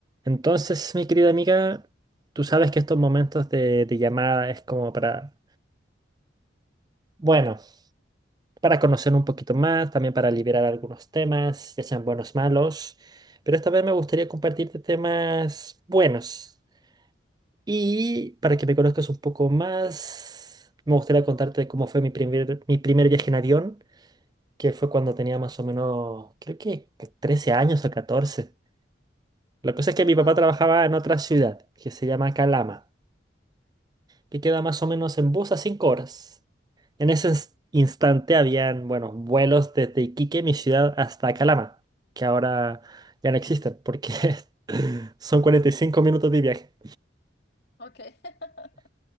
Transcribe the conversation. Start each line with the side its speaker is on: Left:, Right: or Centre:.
Right: Entonces, mi querida amiga, tú sabes que estos momentos de, de llamada es como para, bueno, para conocer un poquito más, también para liberar algunos temas, ya sean buenos malos, pero esta vez me gustaría compartirte temas buenos. Y para que me conozcas un poco más, me gustaría contarte cómo fue mi primer, mi primer viaje en avión, que fue cuando tenía más o menos, creo que 13 años o 14. La cosa es que
Left: Ajá,
Right: mi papá trabajaba en otra ciudad, que se llama Calama. que queda más o menos en bus a 5 horas. En ese ins- instante habían, bueno, vuelos desde Iquique, mi ciudad, hasta Calama, que ahora ya no existen porque <laughs> son 45 minutos de viaje.
Left: ok. <laughs>